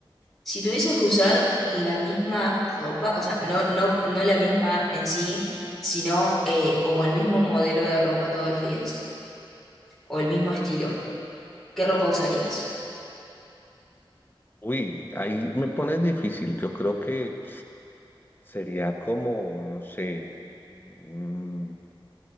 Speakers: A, in the centre; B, on the left.
A: Si tuvieses que usar la misma ropa, o sea, no, no, no la misma en sí, sino eh, como el mismo modelo de ropa todos los días, o el mismo estilo, ¿qué ropa usarías?
B: Uy, ahí me pones difícil. Yo creo que sería como, no sé, mm,